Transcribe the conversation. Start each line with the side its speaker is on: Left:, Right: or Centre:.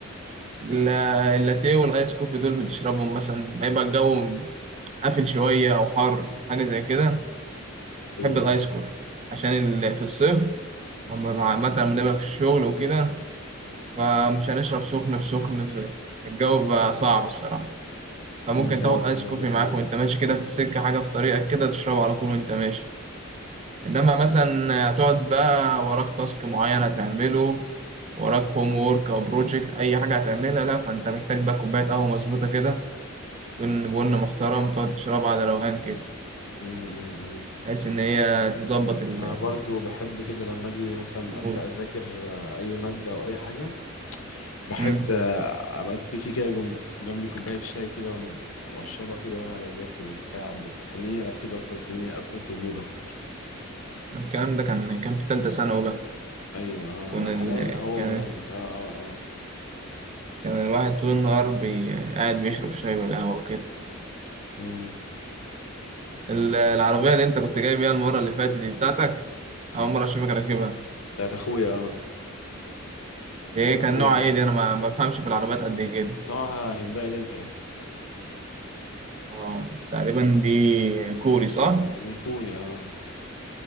Right: لا- اللاتيه والايس كوفي دول بتشربهم مثلا ما يبقى الجو قافل شوية أو حر حاجة زي كده
Left: ايوه
Right: بحب الآيس كوفي عشان ال- في الصيف أما بع- مثلا بنبقى في الشغل وكده فمش هنشرب سخن في سخن في الجو بقى صعب الصراحة فممكن
Left: امم ايوه
Right: تاخد
Left: فعلا
Right: آيس كوفي
Left: دي حقيقة
Right: معاك وأنت ماشي كده في السكة حاجة في طريقك كده تشربه على طول وأنت ماشي إنما مثلا هتقعد بقى وراك تاسك معين هتعمله وراك هوم وورك أو بروجكت أي حاجة هتعملها لا فأنت محتاج بقى كوباية قهوة مظبوطة كده تكون بن محترم تقعد تشربها على روقان كده
Left: امم
Right: بحيث إن هي تظبط ال-
Left: انا برضو بحب كده لما اجي مثلا
Right: المود
Left: ابدا اذاكر آه، اي ماده او اي حاجه بحب
Right: مم.
Left: آه، ابقى في في كده جم- جنبي كوبايه شاي كده وم- واشربها كده وانا بذاكر وبتاع بتخليني اركز اكتر بتخليني ادخل في المود اكتر
Right: الكلام ده كان كان في تالتة ثانوي بقى
Left: ايوه انا
Right: كان ال...
Left: حاليا اهو
Right: كان
Left: يعني اه اه اه
Right: كان الواحد طول النهار بي... قاعد بيشرب شاي والقهوة وكده
Left: امم
Right: ال- العربية اللي أنت كنت جاي بيها المرة اللي فاتت دي بتاعتك أول مرة أشوفك راكبها
Left: بتاعت اخويا اه
Right: إيه
Left: بتاعت اخويا
Right: كان نوعها إيه دي أنا ما ما بفهمش في العربيات قد كده
Left: نوعها هيونداي الانترا
Right: هو تقريبا دي كوري صح؟
Left: هي كوري اه